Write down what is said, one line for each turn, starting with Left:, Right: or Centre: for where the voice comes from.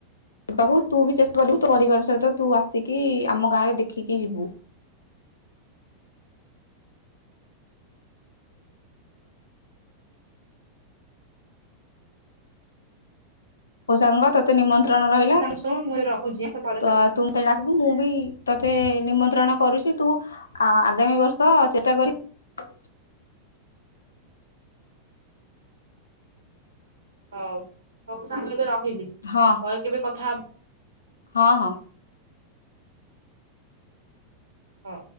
Left: ପାକୁ ତୁ ବି ଚେଷ୍ଟ କରିବୁ ତୋ ପରିବାର ସହିତ ତୁ ଆସିକି ଆମ ଗାଁରେ ଦେଖିକି ଯିବୁ। ହ ସାଙ୍ଗତତେ ନିମନ ତ୍ରଣ ରହିଲା
Right: ପଡୋଶୀ ସାଙ୍ଗ। ଶୁଣ ମୁଁ ଏବେ ରଖୁଛି ଆଁ, ତୋ ପରେ
Left: ତ ତୁ ଡାକିବୁ ମୁଁ ବି ତୋତେ ନିମନ୍ତ୍ରଣ କରୁଛି ତୁ। ଆ ଆଗାମୀ ବର୍ଷ ଚେଷ୍ଟା କରିବି।
Right: ହଉ ହଉ ମୁଁ ସାଙ୍ଗ ଏବେ ର ଖିଲି
Left: ହଁ
Right: ପରେ କେବେ କଥା ହ
Left: ହଁ ହଁ।
Right: ହଁ